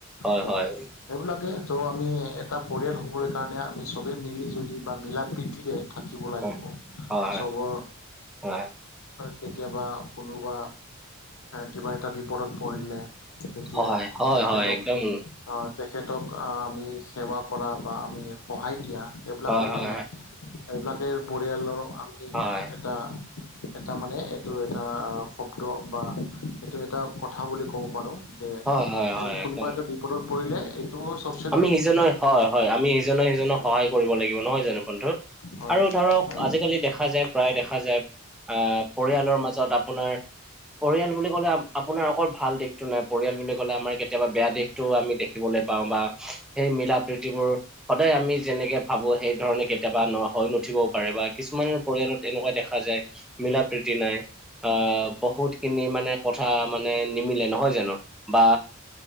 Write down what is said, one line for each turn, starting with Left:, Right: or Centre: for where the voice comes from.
Centre: হয়
Left: ত'।
Centre: হয়
Left: সেইবিলাকে ত' আমি এটা পৰিয়াল হবলৈ কাৰণে আমি চবে মিলি জুলি বা মিলা প্ৰীতিৰে। থাকিব লাগিব,
Centre: হয় হয় হয়
Left: চবৰ।
Centre: হয়
Left: কেতিয়াবা কোনোবা কিবা এটা বিপদত পৰিলে। তেতিয়া
Centre: হয়, হয়,
Left: তেখেতক।
Centre: হয়, একদম
Left: তেখেতক আমি সেৱা কৰা বা আমি সহায় দিয়া সেইবিলাকে
Centre: হয়, হয়,
Left: মানে।
Centre: হয়,
Left: তাকে পৰিয়ালৰ আমি
Centre: হয়,
Left: এটা। এটা মানে এইটো এটা শব্দ বা এইটো এটা কথা বুলি ক'ব পাৰো। যে
Centre: হয়, হয়,
Left: এ
Centre: হয়,
Left: কোনোবা
Centre: একদম।
Left: এটা বিপদত পৰিলে এইটো চব।
Centre: আমি ইজনে হয় হয়, আমি ইজনে সিজনক
Left: হয়
Centre: সহায় কৰিব লাগিব নহয় জানো বন্ধু
Left: হয়
Centre: আৰু ধৰক।
Left: উম
Centre: আজিকালি দেখা যায় প্ৰায় দেখা যায়, আহ পৰিয়ালৰ মাজত আপোনাৰ। পৰিয়াল বুলি ক'লে আপোনাৰ অকল ভাল দিশতটো নাই, পৰিয়াল বুলি ক'লে আমাৰ কেতিয়াবা বেয়া দিশ। টোও আমি দেখিবলৈ পাওঁ বা- সেই মিলা প্ৰীতিবোৰ সদায় আমি যেনেকে ভাবো সেই ধৰণে কেতিয়াবা ন- হৈ নুঠিবও পাৰে বা কিছুমানৰ পৰিয়ালত এনেকুৱা দেখা যায় মিলা প্ৰীতি নাই। আহ বহুত খিনি মানে কথা মানে নিমিলে নহয় জানো। বা